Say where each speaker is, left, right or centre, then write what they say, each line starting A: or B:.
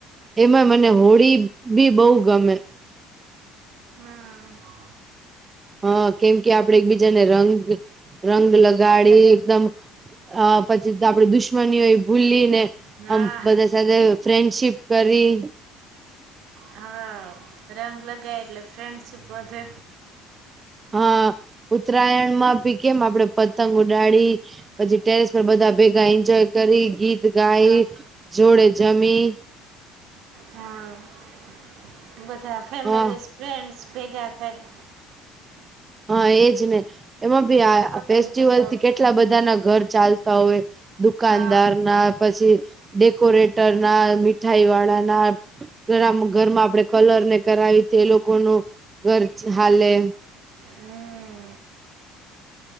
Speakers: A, on the right; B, on the right.
A: એમાં મને હોળી બી બહુ ગમે.
B: હા
A: હ કેમ કે આપડે એકબીજાને રંગ રંગ લગાડી
B: લગાવી
A: એકદમ અ પછી તો આપડે દુશ્મની હોય એ ભૂલીને
B: હા
A: આમ બધા સાથે ફ્રેન્ડશીપ કરી
B: હા રંગ લગાય એટલે ફ્રેન્ડશીપ વધે.
A: હા ઉત્તરાયણમાં ભી કેમ આપડે પતંગ ઉડાડી પછી ટેરેસ પર બધા ભેગા એન્જોય કરી ગીત ગાઈ
B: હા
A: જોડે જમી.
B: હા બધા ફેમલી
A: હા
B: ફ્રેન્ડસ ભેગા થાય
A: હા એજ ને એમાં ભી આ
B: પતંગ
A: ફેસ્ટિવલથી
B: ચગાવ
A: કેટલા બ ધા ના ઘર ચાલતા હોય દુકાનદાર
B: હા
A: ના પછી ડેકોરેટર ના મીઠાઈ વાળા ના ઘર માં આપડે કલર ને કરાવી તો એ લોકોનું ઘર ચ હાલે
B: હમ